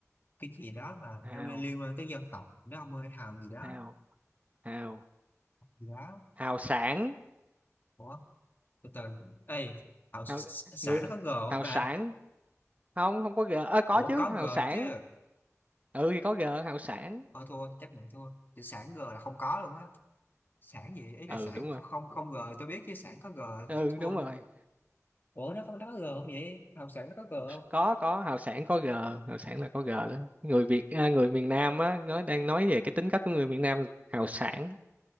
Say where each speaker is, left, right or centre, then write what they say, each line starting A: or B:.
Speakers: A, on the left (about 40°); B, on the right (about 25°).
A: cái gì đó mà
B: hào
A: nó liên liên quan tới dân tộc nó ông ơi hào gì đó
B: hào hào
A: gì đó
B: hào sản
A: ủa từ từ ê hào s-
B: hào,
A: sản
B: người
A: nó có g không
B: hào
A: ta
B: sản không không có g Ơ, có
A: ủa
B: chứ
A: có
B: hào
A: g
B: sản
A: chứ
B: ừ thì có g hào sản
A: thôi thua chấp nhận thua chữ sản g là không có luôn á Sản gì ý là
B: ừ
A: sản
B: đúng rồi
A: kh- không không g tôi biết chứ sản có g
B: ừ
A: tôi thua
B: đúng
A: luôn
B: rồi
A: ủa nó có nó có g không vậy học sản nó có g không
B: có có hào sản có g hào sản là có g đó người Việt à, người miền Nam á nó đang nói về cái tính cách của người miền Nam là hào sản